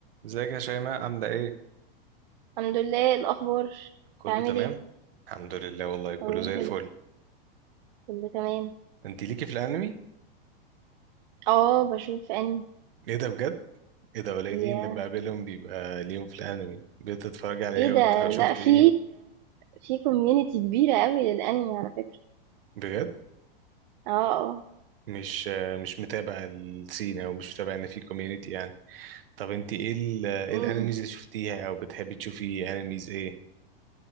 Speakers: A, on the right (about 75°); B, on the right (about 50°).
A: ازيك يا شيماء عاملة ايه؟
B: الحمد لله إيه الاخبار
A: كله
B: بتعمل
A: تمام؟
B: ايه
A: الحمد لله والله كله
B: اقول
A: زي
B: كده
A: الفل
B: كله تمام
A: انت ليكي في الانمي؟
B: اه بشوف انمي
A: ايه ده بجد؟ ايه ده قليلين
B: يا
A: اللي بقابلهم بيبقى ليهم في الانمي بتتفرجي على
B: ايه
A: ايه
B: ده
A: وت- او شفت
B: لا في
A: ايه؟
B: في كوميونتي كبيره قوي للانمي على فكره
A: بجد؟
B: اه اه
A: مش مش متابع السين او مش متابع ان في كوميونيتي يعني طب انت ايه ال- ايه
B: أمم،
A: الانميز اللي شفتيها او بتحبي تشوفي انميز ايه؟